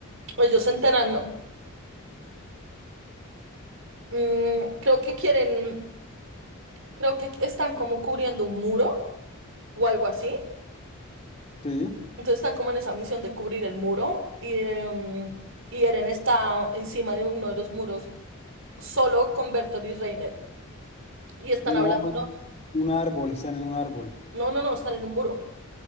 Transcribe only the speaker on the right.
ellos se enteran. mm, creo que quieren, creo que están como cubriendo un muro o algo así.
Entonces están como en esa misión de cubrir el muro y, em, y Eren está encima de uno de los muros solo con Bertolt y Reiner. Y están
hablando, no,
no, no, no, están en un muro.